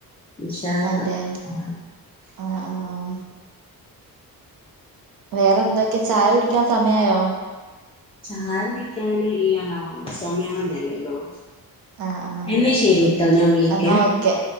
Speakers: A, on the left; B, on the right.
A: ഇൻഷാ അള്ളാ
B: അതെ
A: പോണം
B: ആ ആ ആഹ. വേറെന്തൊക്കെ ചായ കുടിക്കാൻ സമയയോ?
A: ചായ കുടിക്കൻ ഇല്ലല്ലോ സമയാവുന്നല്ലെള്ളൂ.
B: ആഹ് ആഹ്
A: എന്നാ ശെരിട്ടോ ഞാൻ വിളിക്കെ.
B: എന്നാ ഓക്കെ